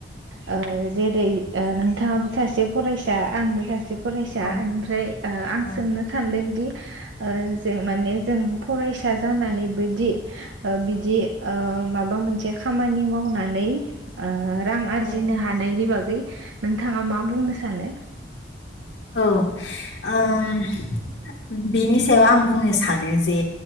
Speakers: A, on the right; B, on the left.
A: ओ जेरै ओ नोंथाङाबो सासे फरायसा आंबो सासे फरायसा
B: औ।
A: ओमफ्राय ओ आं
B: औ
A: सोंनो सानदोंदि? ओ जों माने जों फरायसा जानानैबोदि बिदि ओ माबा मोनसे खामानि मावनानै ओ रां आरजिनो
B: औ।
A: हानायनि बागै नोंथाङा मा बुंनो सानो?
B: औ ओम बिनि सायाव आं बुंनो सानो जे